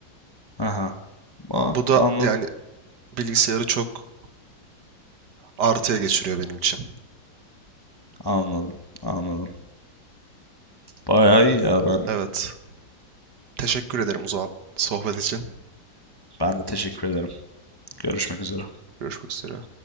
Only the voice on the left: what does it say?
aha. Aa,
anladım,
anladım, anladım. Bayağı iyi ya ben.
Ben de teşekkür ederim. Görüşmek üzere.